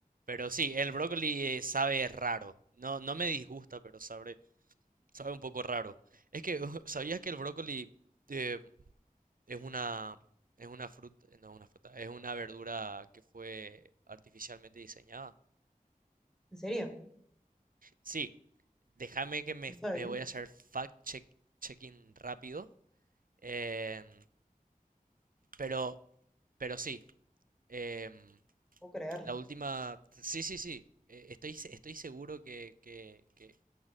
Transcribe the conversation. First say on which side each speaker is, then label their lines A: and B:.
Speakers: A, on the right; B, in the centre.
A: Pero sí, el brócoli eh, sabe raro. No, no me disgusta, pero sabe, Sabe un poco raro. Es que, <laughs> ¿sabías que el brócoli eh, es una, es una fruta, no es una fruta, es una verdura que fue artificialmente diseñada?
B: ¿En serio?
A: Sí, déjame que me
B: No
A: f-
B: sabía.
A: eh, voy
B: No
A: a hacer fact check, checking rápido. em, pero, pero sí, em,
B: puedo creer.
A: la última, sí, sí, sí, eh, estoy, se- estoy seguro que, que, que,